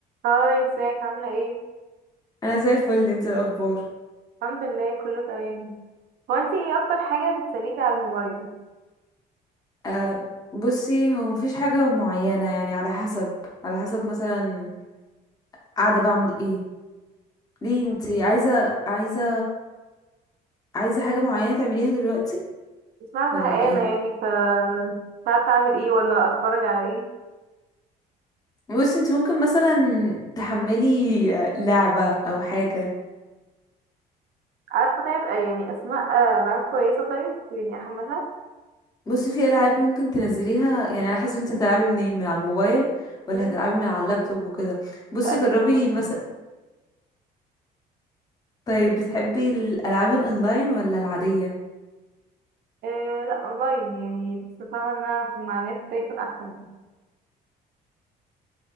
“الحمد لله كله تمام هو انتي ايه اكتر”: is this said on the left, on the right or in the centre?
Right